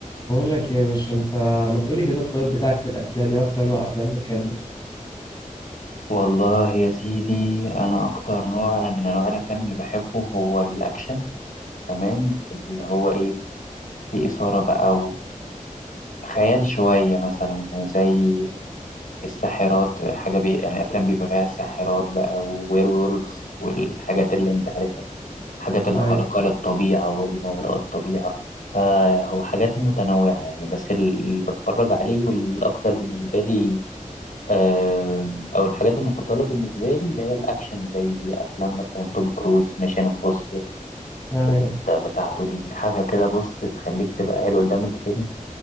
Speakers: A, on the left; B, on the left.
A: بقول لك إيه يا باشا انت ما تقولي كده الطيب بتاعك في الافلام ايه اكتر نوع افلام بتحبه
B: والله يا سيدي أنا أكتر نوع من أنواع الأفلام اللي بحبه هو الأكشن تمام اللي هو إيه في إثارة بقى وخيال شوية مثلا يعني زي الساحرات حاجة بي يعني أفلام بيبقى فيها ساحرات بقى ووير وولفز والحاجات اللي أنت عارفها الحاجات الخارقة
A: ايوه
B: للطبيعة والما وراء الطبيعة فهو حاجات متنوعة يعني بس ال- اللي بتفرج عليه والأكتر بالنسبة لي آم، او الحاجات المفضله بالنسبه لي اللي هي الاكشن زي افلام مثلا توم كروز ميشن امبوسيبل
A: ايوه
B: والاجزاء بتاعته دي حاجه كده بص تخليك تبقى قاعد قدام الفيلم